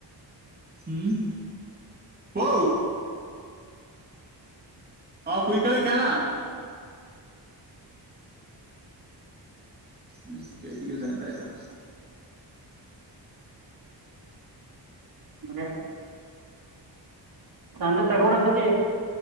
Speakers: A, on the right (about 20°); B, on the right (about 55°).
A: ಹ್ಮ್ ಓ ಹಾ ಕೂಯಿ ಕಳಿಕ್ಯಾನ. ಮೆಣಸಿನಕಾಯಿ ತೆಗೆದು ದಂಡ ಆಯಿತು.
B: ಅದ <unintelligible> ಚಂದ ತಗೋಡ ಸ ಕ